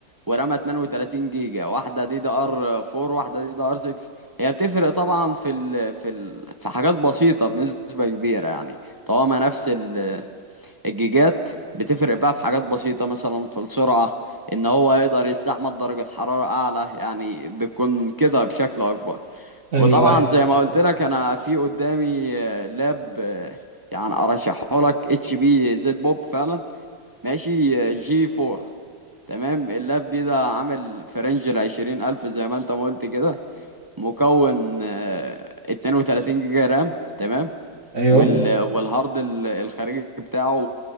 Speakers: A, on the right; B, on the right.
A: ورامة 32 جيجا واحدة دي دي ار 4 واحدة دي دي ار 6 هي بتفرق طبعا في ال في ال في حاجات بسيطة بنسبة كبيرة يعني طالما نفس ال- الجيجات بتفرق بقى في حاجات بسيطة مثلا في السرعة ان هو يقدر يستحمل درجة حرارة اعلى يعني بتكون كده بشكل اكبر
B: ايوه
A: وطبعا
B: ايوه
A: زي ما قلت لك انا في قدامي آه، لاب آه، يعني ارشحه لك اتش بي زد بوب فعلا ماشي آه، جي 4 تمام اللاب دي ده عامل في رينج ال 20000 زي ما انت ما قلت كده مكون آه، 32 جيجا رام تمام
B: ايوه
A: وال والهارد ال- الخارجي بتاعه